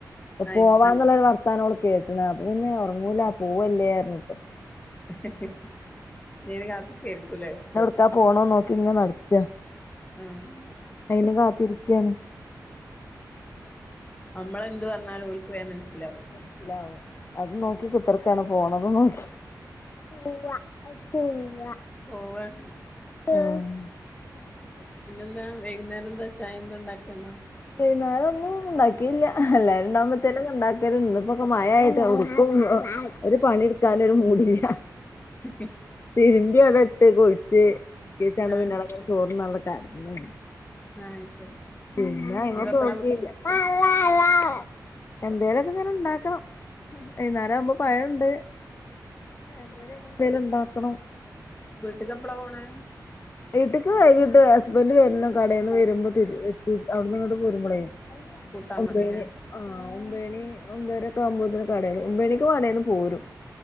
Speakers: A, on the left; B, on the left.
A: അപ്പ
B: അത്
A: പോവാന്ന്ള്ള
B: ശരി
A: ഒരു വർത്താനം ഓൾ കേട്ട്ണ് അപ്പൊ പിന്നെ ഒറ്ങ്ങൂല പോവല്ലേർഞുത്തർ
B: ഹ് ഹ് ഹ് ഇജ് അയ്ന് കാത്ത്ക്കായിരിക്കൂലേ.
A: ക്കാ പോണോം നോക്കി ഇങ്ങനെ നട്ക്കാ.
B: ഉം.
A: നിങ്ങളെ കാത്തിരിക്കാണ്.
B: നമ്മള് എന്ത് പറ്ഞ്ഞാലും ഓല്ക്ക് വേം മനസ്സിലാവും.
A: മന്സ്സിലാവും അത് നോക്കി കുത്തർക്കാണ് പോണതും നോക്കി പോവ്വാ. എത്തുല്ല.
B: ഓവൻ.
A: ആഹ്. ഒച്ചണ്ടാക്കര്ത്.
B: പിന്നെന്താ വൈകുന്നേരം എന്താ ചായ എന്താണ്ടാക്ക്ണ്ടോ?
A: വൈന്നാരന്നും ഉണ്ടാക്കില്ല എല്ലാരും ഉണ്ടാകുമ്പത്തേനും ഉണ്ടാക്കല്ണ്ട് ഇപ്പൊക്കെ മഴായിട്ട് <unintelligible> ഒരു പണിട്ക്കാനും ഒരു മൂടില്ല.
B: ഹ് ഹ്
A: തിര്മ്പി അവ്ടെ ഇട്ട് കുൾച്ച് നിസ്കേര്ച്ചവ്ടെ
B: ആഹ്
A: പിന്നെ അവ്ടങ്ങനെ ചോർന്നാതെ കട്ന്ന്.
B: ആഹ് ശരി.
A: ഞാൻ അയ്മക്ക്
B: ഇനിപ്പ എപ്പളാ
A: നോക്കില്ല.
B: വീട്ട്
A: പാ ല ലാ എന്തോലക്കങ്ങനെ ഇണ്ടാക്കണം വൈകുന്നേരം ആവുമ്പോ പഴംണ്ട്. പയംപൊരി അങ്ങനന്തെങ്കിലും ണ്ടാക്കണം.
B: വീട്ട്ലെപ്പള പോണേ?
A: വീട്ടിക്ക് വൈകിട്ട് ഹസ്ബന്റ് വരുന്ന കടയിൽന്ന് വരുമ്പോ തി എത്തി അവ്ടുന്ന് ഇങ്ങട്ട് പോരുമ്പോളേ.
B: കൂട്ടാൻ
A: ഒമ്പൈന്.
B: മതില്ലേ
A: ആഹ് ഒമ്പേണി ഒമ്പേരൊക്കെ ആകുമ്പതിന് കടേന്ന് ഒമ്പേണിക്ക് കടേന്ന് പോരും.